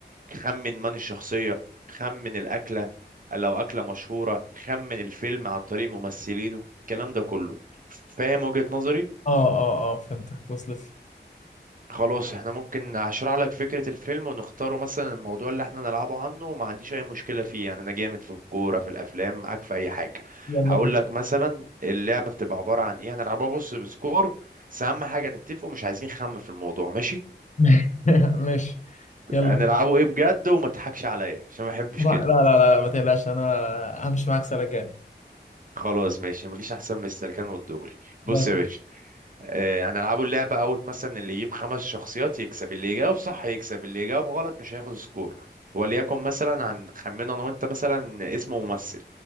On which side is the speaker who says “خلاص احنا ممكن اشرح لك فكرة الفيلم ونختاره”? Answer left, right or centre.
Right